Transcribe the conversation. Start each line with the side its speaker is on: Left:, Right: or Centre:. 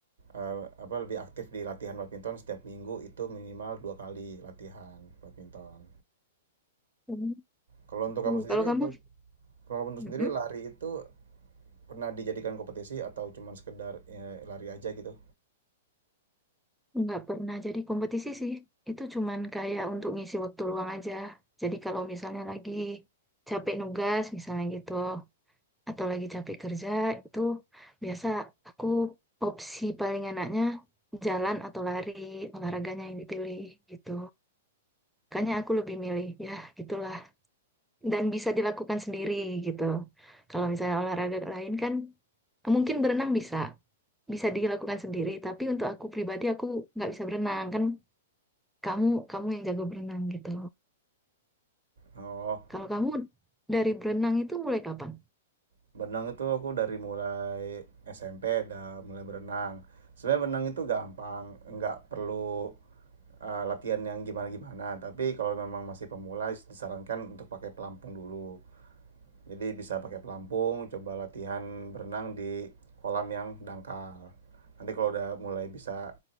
Right: eh, apa lebih aktif di latihan badminton setiap minggu itu minimal dua kali latihan badminton.
Centre: Hmm.
Right: Kalau untuk
Centre: Tuh,
Right: kamu sendiri,
Centre: Kalau kamu
Right: untuk kalau kamu untuk
Centre: Mm-mm.
Right: sendiri lari itu pernah dijadikan kompetisi atau cuman sekedar eh, lari aja gitu?
Centre: Nggak pernah jadi kompetisi sih. Itu cuman kayak untuk ngisi waktu luang aja. Jadi kalau misalnya lagi capek nugas, misalnya gitu, atau lagi capek kerja, itu biasa aku opsi paling enaknya jalan atau lari, olahraganya yang dipilih gitu. Makanya aku lebih milih, ya gitulah. Dan bisa dilakukan sendiri gitu. Kalau misalnya olahraga lain kan, mungkin berenang bisa. Bisa dilakukan sendiri, tapi untuk aku pribadi aku nggak bisa berenang kan Kamu kamu yang jago berenang gitu.
Right: Oh,
Centre: Kalau kamu dari berenang itu mulai kapan?
Right: berenang itu aku dari mulai SMP udah mulai berenang. Sebenarnya berenang itu gampang, nggak perlu eh, latihan yang gimana-gimana. Tapi kalau memang masih pemula disarankan untuk pakai pelampung dulu. Jadi bisa pakai pelampung, coba latihan berenang di kolam yang dangkal. Nanti kalau udah mulai bisa